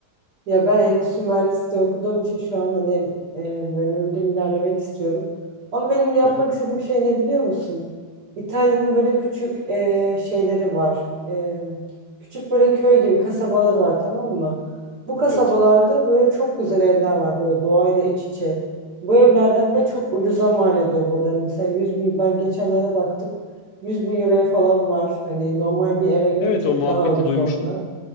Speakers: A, on the right; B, on the left.
A: Ya ben endüstri mühendisliği okuduğum için şu an hani e, bölümümden ilerlemek istiyorum. Ama benim yapmak
B: Aha,
A: istediğim şey ne biliyor musun? İtalya'nın böyle küçük e, şeyleri var. E, küçük böyle köy gibi kasabaları var tamam mı? Bu kasabalarda
B: Evet.
A: böyle çok güzel evler var böyle doğayla iç içe. Bu evlerden ve
B: Evet.
A: çok ucuza mal ediliyor burada. Hani mesela 100 bin ben geçenlerde baktım 100 bin euroya falan var. Hani normal bir eve göre
B: Evet
A: çok
B: o muhabbeti
A: daha ucuz
B: duymuştum.
A: orada.